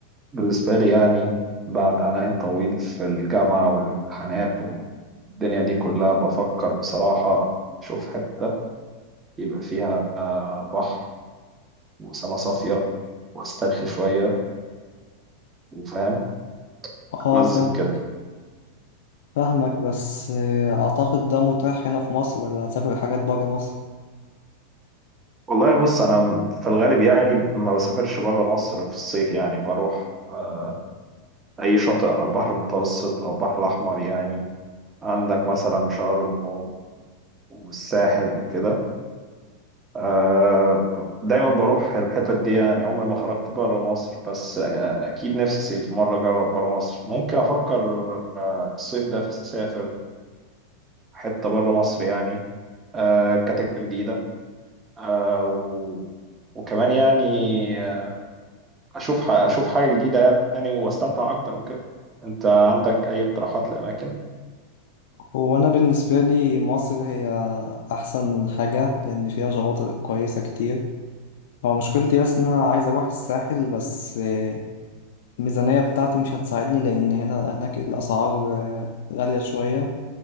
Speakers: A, on the right; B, on the left.
A: بالنسبه لي يعني بعد عناء طويل في الجامعه والامتحانات والدنيا دي كلها بفكر بصراحه اشوف حته يبقى فيها بحر وسما صافيه واسترخي شويه وفاهم
B: اه
A: اتمزج
B: فاهمك
A: كده
B: فاهمك بس آه، اعتقد ده متاح هنا في مصر ولا هتسافر حاجات برا مصر؟
A: والله بص انا في الغالب يعني ما بسافرش بره مصر في الصيف يعني بروح آه، اي شاطئ على البحر المتوسط او البحر الاحمر يعني عندك مثلا شرم والساحل وكده آه، دايما بروح الحتت دي يعني عمري ما خرجت بره مصر بس آه، اكيد نفسي في مره اجرب بره مصر ممكن افكر آه، الصيف ده في اسافر حته بره مصر يعني آه، كتجربه جديده آه، و- وكمان يعني آه، اشوف ح- اشوف حاجه جديده يعني واستمتع اكتر وكده انت عندك اي اقتراحات لاماكن
B: هو انا بالنسبة لي مصر هي احسن حاجة لان فيها شواطئ كويسة كتير هو مشكلتي بس ان انا عايز اروح الساحل بس آه، الميزانية بتاعتي مش هتساعدني لان هنا هناك الاسعار آه، غالية شوية